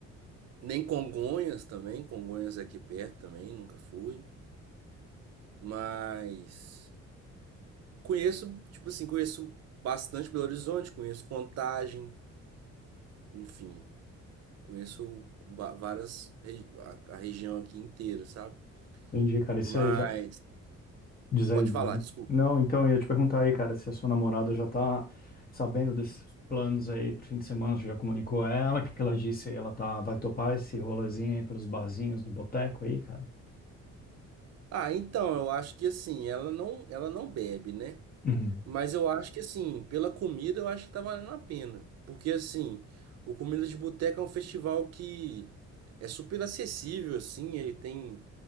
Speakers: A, on the right (about 55°); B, on the left (about 30°).
A: Nem Congonhas também, Congonhas é aqui perto também, nunca fui. Mas conheço, tipo assim, conheço bastante Belo Horizonte, conheço Contagem, enfim, conheço ba- várias regi- a, a região aqui inteira, sabe?
B: Entendi, cara, e
A: Mas
B: você já. Diz aí,
A: pode
B: diz
A: falar,
B: aí.
A: desculpa.
B: Não, então, eu ia te perguntar aí, cara, se a sua namorada já tá sabendo desses planos aí pro fim de semana, você já comunicou a ela, o que que ela disse aí? Ela tá, vai topar esse rolezinho aí pelos barzinhos do boteco aí, cara?
A: Ah, então, eu acho que assim, ela não, ela não bebe, né?
B: Uhum,
A: Mas eu acho que assim, pela comida eu acho que tá valendo a pena. Porque assim, o Comida de Boteca é um festival que é super acessível, assim, ele tem